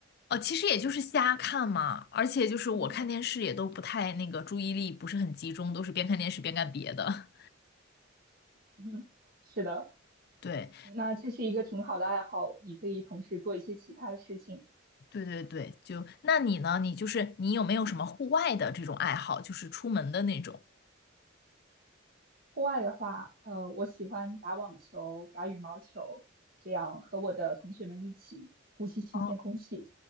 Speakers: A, on the left; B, on the right.
A: 哦，其实也就是瞎看嘛，而且就是我看电视也都不太那个注意力不是很集中，
B: <laughs> 嗯，
A: 都是边看电视边干别的。
B: 嗯是的，
A: <laughs> 对，
B: 那这是一个挺好的爱好，你可以同时做一些其他的事情。
A: 对对对，就那你呢？你就是你有没有什么户外的这种爱好，就是出门的那种？
B: 户外的话，呃，我喜欢打网球、打羽毛球，这样和我的同学们一起呼吸新鲜空气。
A: 哦。